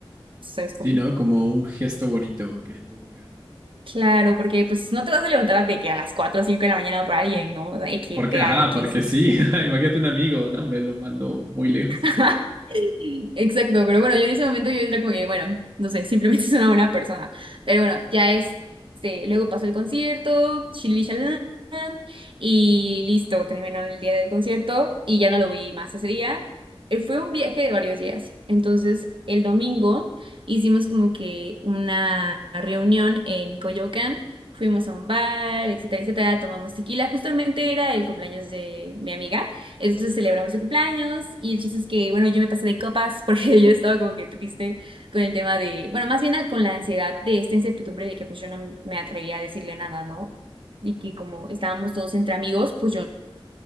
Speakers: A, on the right; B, on the right.
A: ¿sabes cómo?
B: sí, ¿no? Como un gesto bonito que tuvo él.
A: Claro, porque pues no te vas a levantar a, de que a las 4 o 5 de la mañana por alguien, ¿no? X,
B: Porque,
A: te
B: ajá,
A: da X.
B: porque
A: ¿no?
B: sí. <laughs> Imagínate un amigo, no, hombre, lo mando muy lejos.
A: <laughs> Exacto, pero bueno, yo en ese momento yo era como que, bueno, no sé, simplemente <laughs> es una buena persona. Pero bueno, ya este, luego pasó el concierto, shilili shalalán, y listo, terminó el día del concierto y ya no lo vi más ese día. Eh, Fue un viaje de varios días. Entonces, el domingo hicimos como que una reunión en Coyoacán. Fuimos a un bar, etcétera, etcétera, tomamos tequila. Justamente era el cumpleaños de mi amiga. Entonces celebramos su cumpleaños y el chiste es que, bueno, yo me pasé de copas porque <laughs> yo estaba como que triste con el tema de, bueno, más bien con la ansiedad de esta incertidumbre de que pues yo no me atrevía a decirle nada, ¿no? Y que como estábamos todos entre amigos, pues yo